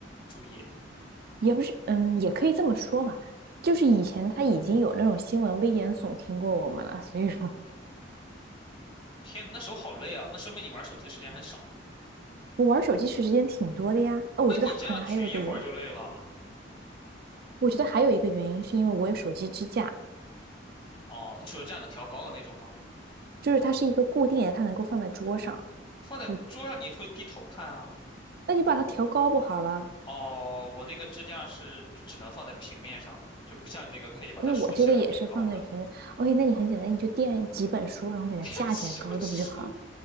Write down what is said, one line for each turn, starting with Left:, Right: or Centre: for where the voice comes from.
Left: 注意？
Right: 也不是，嗯，也可以这么说吧。就是以前他已经有那种新闻危言耸听过我们了，所以说
Left: 天呐，那手好累啊！那说明你玩手机的时间很少。
Right: 我玩手机时间挺多的呀。哦，
Left: 那你这样举一会儿就累了。
Right: 我觉得可能还有一个原因，我觉得还有一个原因是因为我有手机支架，
Left: 哦，你手机这样能调高的那种吗？
Right: 就是它是一个固定的，它能够放在桌上。
Left: 放在桌上你会低头看啊。
Right: 我，那你把它调高不好了？
Left: 哦，我那个支架是就只能放在平面上的，就不像你那个可以把它竖起来变高的。
Right: 那我这个也是放在平面。OK，那你很简单，你就垫几本书，然后给它架起来高度不就好了？
Left: <laughs> 什么竖？